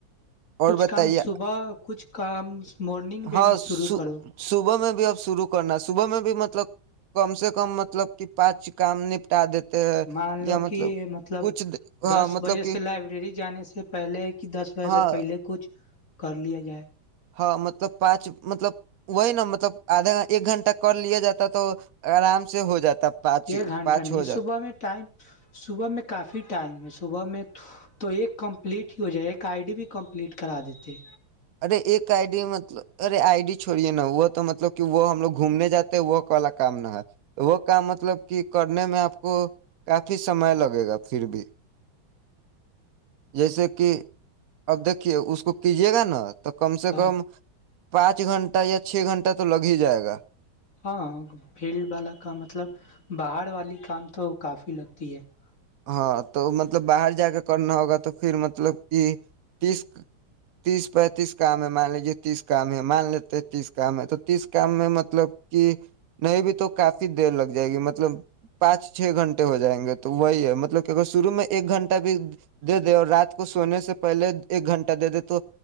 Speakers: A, on the right (about 55°); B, on the left (about 40°).
A: اور
B: کچھ
A: بتائیے
B: کام صبح کچھ کام مارننگ میں
A: ہاں
B: بھی
A: صبح
B: شروع کرو
A: میں اب شروع کرنا صبح میں بھی مطلب کم سے کم مطلب کہ پانچ کام نپٹا دیتے ہیں
B: مان لو
A: یا مطلب
B: کہ مطلب
A: کچھ ہاں
B: دس
A: مطلب
B: بجے
A: کہ
B: سے لائبریری جانے سے پہلے کہ دس بجے
A: ہاں
B: سے پہلے کچھ کر لیا جائے
A: ہاں مت ب پانچ مطلب وہی نا مطلب آدھا ایک گھنٹہ کر لیا جاتا تو آرام سے ہو جاتا پانچ
B: ایک گھنٹہ
A: پانچ
B: نہیں
A: ہو جاتا
B: صبح میں ٹائم صبح میں کافی ٹائم ہے صبح میں تو ایک کمپلیٹ ہی ہو جائے ایک آئی ڈی بھی کمپلیٹ کرا دیتے
A: ارے ایک آئی ڈی مطلب ارے آئی ڈی چھوڑیے نا وہ تو مطلب کہ وہ ہم لوگ گھومنے جاتے وہ والا کام نہ ہے وہ کام مطلب کہ کرنے میں آپ کو کافی سمئے لگے گا پھر بھی جیسے کہ اب دیکھیے اس کو کیجیے گا نا تو کم سے
B: ہاں
A: کم پانچ گنٹہ یا چھ گھنٹہ تو لگ ہی جائے گا
B: ہاں فیلڈ والا کام مطلب باہر والی کام تو کافی لگتی ہے <unintelligible>
A: ہاں تو مط مطلب باہر جا کے کرنا ہوگا تو پھر مطلب کہ تیس تیس پینتیس کام ہے مان لیجے تیس کام ہے مان لیتے تیس کام ہے تو تیس کام میں مطلب کہ نہیں بھی تو کافی دیر لگ جائے گی مطلب پانچ چھ گھنٹے ہو جائیں گے تو وہی ہے <unintelligible> مطلب کہ اگر شروع میں ایک گھنٹہ بھی دے دے اور رات کو سونے سے پہلے ایک گھنٹہ دے دے تو